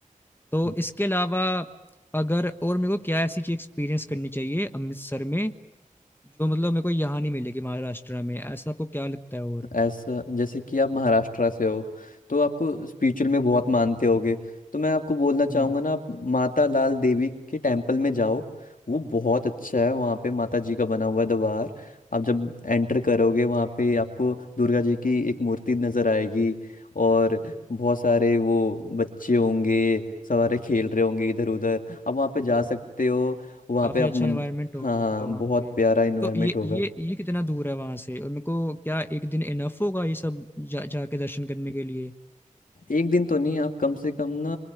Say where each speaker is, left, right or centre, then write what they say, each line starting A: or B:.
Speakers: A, on the left (about 15°); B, on the left (about 75°).
A: तो
B: हम्म,
A: इसके अलावा अगर और मेरे को क्या ऐसी चीज एक्सपीरियंस करनी चाहिए अमृतसर में जो मतलब मेरे को यहाँ नहीं मिलेगी महाराष्ट्र में ऐसा आपको क्या लगता है और
B: ऐसा जैसे कि आप महाराष्ट्र से हो तो आपको स्पिरिचुअल में बहुत मानते होगे तो मैं आपको बोलना चाहूंगा
A: हम्म
B: ना आप माता लाल देवी के टेम्पल में जाओ वो बहुत अच्छा है वहाँ पे माता जी का बना हुआ द्वार आप जब एंटर करोगे वहाँ पे आपको दुर्गा जी की एक मूर्ति नजर आएगी और बहुत सारे वो बच्चे होंगे सारे खेल रहे होंगे इधर उधर आप वहाँ पे जा सकते हो वहाँ
A: काफी
B: पे आप
A: अच्छा
B: मन
A: एनवायरनमेंट
B: हाँ
A: होगा
B: हाँ,
A: मतलब वहाँ
B: बहुत
A: पे
B: प्यारा इन्वायरमेंट
A: तो ये
B: होगा
A: ये ये कितना दूर है वहाँ से और मेरे को क्या एक दिन इनफ होगा ये सब जा जाके दर्शन करने के लिए
B: एक दिन तो नहीं आप कम से कम ना